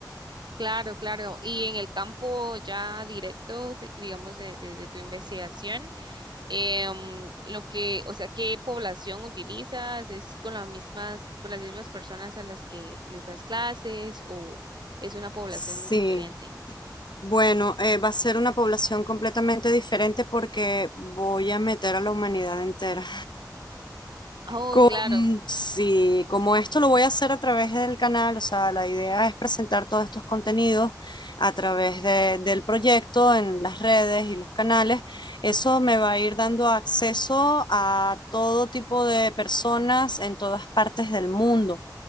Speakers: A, on the right (about 75°); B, on the left (about 80°).
A: claro, claro. Y en el campo ya directo, sí, digamos, de, de de tu investigación. em, lo que, o sea, qué población utilizas, es con las mismas, con las mismas personas a las que les das clases o es una población
B: Sí,
A: diferente.
B: bueno, eh, va a ser una población completamente diferente porque voy a meter a la humanidad entera.
A: Oh,
B: Con,
A: claro.
B: sí, como esto lo voy a hacer a través del canal, o sea, la idea es presentar todos estos contenidos a través de- del proyecto en las redes y los canales. Eso me va a ir dando acceso a todo tipo de personas en todas partes del mundo